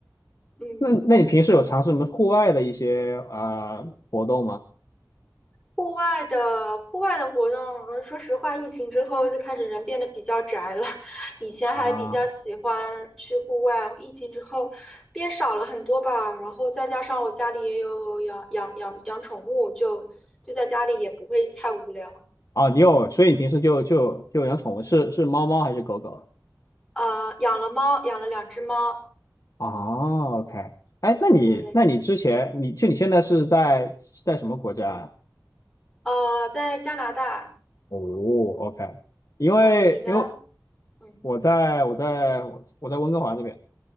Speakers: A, in the centre; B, on the left (about 50°).
A: 嗯。
B: 那那你平时有尝试什么户外的一些啊、呃活动吗？
A: 户外的户外的活动，嗯说实话，疫情之后就开始人变得比较宅了。<laughs> 以前还比较喜欢去户外，
B: 啊，
A: 疫情之后变少了很多吧。然后再加上我家里也有养养养养宠物，就就在家里也不会太无聊。
B: 哦，你有，所以你平时就就就养宠物，是是猫猫还是狗狗？
A: 呃，养了猫，养了两只猫。
B: 哦，OK，哎，那你那你之前你就你现在是在是在什么国家呀？
A: 对，呃，在加拿大
B: 哦，OK，因为因为
A: 啊，你呢？嗯，
B: 我在我在我在温哥华这边。